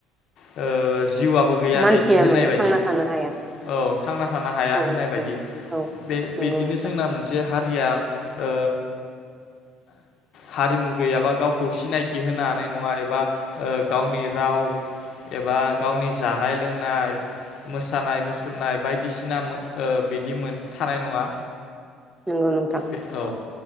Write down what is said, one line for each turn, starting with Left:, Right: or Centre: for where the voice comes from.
Left: ओ जिउआबो गैया
Right: मानसिया
Left: बेदि होननाय
Right: माने
Left: बायदि
Right: थांना थानो हाया
Left: औ थांना थानो हाया
Right: औ
Left: होननाय
Right: नोंथां
Left: बायदि
Right: औ
Left: बे
Right: नंगौ
Left: बिदिनो
Right: नोंथां
Left: जोंना मोनसे हा रिया ओ हारिमु गैयाबा गावखौ सिनायथि होनो हानाय नङा एबा ओ गावनि राव एबा गावनि जानाय लोंनाय मोसानाय मुसुरनाय बायदिसिना मो ओ बिदि मोन थानाय नङा।
Right: नोंगौ नोंथां।
Left: बे औ